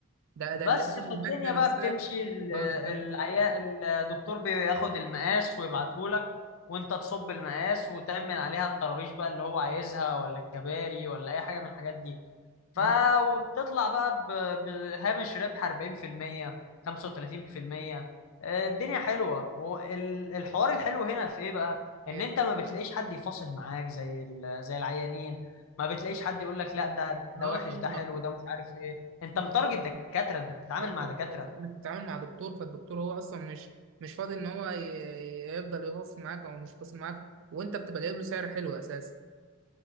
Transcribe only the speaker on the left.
بس
في
الدنيا بقى
بتمشي ال-
العيا
الدكتور بياخد المقاس ويبعتهولك وانت تصب المقاس وتعمل عليها الطرابيش بقى اللي هو عايزها ولا الكباري ولا اي حاجه من الحاجات دي ف
وبتطلع بقى ب- بهامش ربح 40% 35% آه، الدنيا حلوه والحوار الحلو هنا في ايه بقى ان
انت ما بتلاقيش حد يفاصل معاك زي ال- زي العيانين ما بتلاقيش حد يقول لك لا ده ده
وحش ده حلو ده مش عارف ايه انت متارجت
دكاتره انت بتتعامل
مع دكاتره